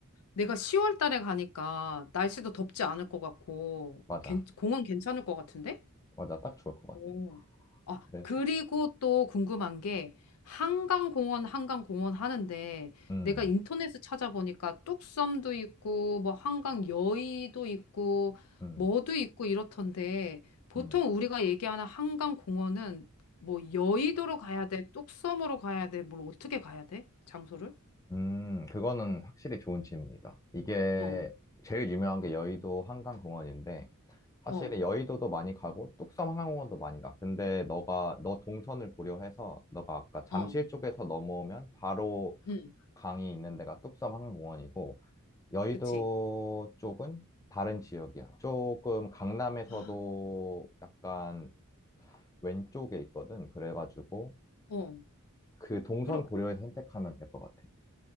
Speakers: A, on the left; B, on the left.
A: 내가 10월 달에 가니까 날씨도 덥지 않을 것 같고,
B: 맞아.
A: 괜- 공원 괜찮을 것 같은데?
B: 맞아. 딱 좋을 것
A: 오.
B: 같아.
A: 아,
B: 그래서
A: 그리고 또 궁금한 게, 한강공원, 한강공원 하는데,
B: 음.
A: 내가 인터넷에 찾아보니까 뚝섬도 있고, 뭐 한강 여의도 있고,
B: 음,
A: 뭐도 있고 이렇던데, 보통
B: 음,
A: 우리가 얘기하는 한강공원은 뭐 여의도로 가야 돼, 뚝섬으로 가야 돼, 뭘 어떻게 가야 돼? 장소를?
B: 음, 그거는 확실히 좋은 질문이다. 이게
A: 어,
B: 제일 유명한 게 여의도 한강공원인데, 사실
A: 어,
B: 여의도도 많이 가고, 뚝섬 한강공원도 많이 가. 근데 너가, 너 동선을 고려해서, 너가 아까 잠실
A: 어.
B: 쪽에서 넘어오면 바로
A: 응,
B: 강이 있는 데가 뚝섬 한강공원이고, 여의도
A: 그치.
B: 쪽은 다른 지역이야. 조금 강남에서도
A: 아,
B: 약간 왼쪽에 있거든. 그래가지고,
A: 어,
B: 그 동선
A: 그러,
B: 고려해서 선택하면 될 것 같아.